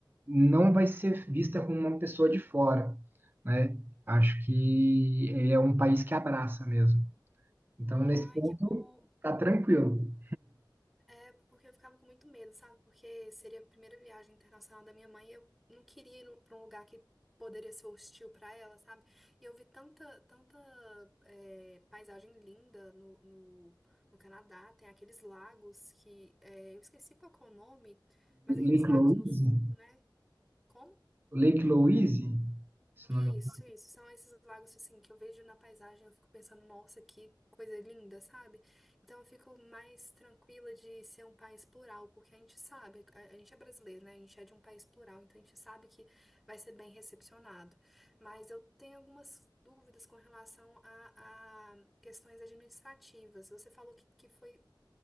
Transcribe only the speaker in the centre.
Ai,
que bom.
É porque eu ficava com muito medo, sabe? Porque seria a primeira viagem internacional da minha mãe e eu não queria ir para um lugar que poderia ser hostil para ela, sabe? E eu vi tanta, tanta é, paisagem linda no, no, no Canadá, tem aqueles lagos que é, eu esqueci qual que é o nome, mas aqueles
lagos no sul, né? Como?
Isso,
isso. São esses lagos assim que eu vejo na paisagem, eu fico pensando, nossa, que coisa linda, sabe? Então eu fico mais tranquila de ser um país plural, porque a gente sabe, a, a gente é brasileiro, né? A gente é de um país plural, então a gente sabe que vai ser bem recepcionado. Mas eu tenho algumas dúvidas com relação a, a questões administrativas. Você falou que, que foi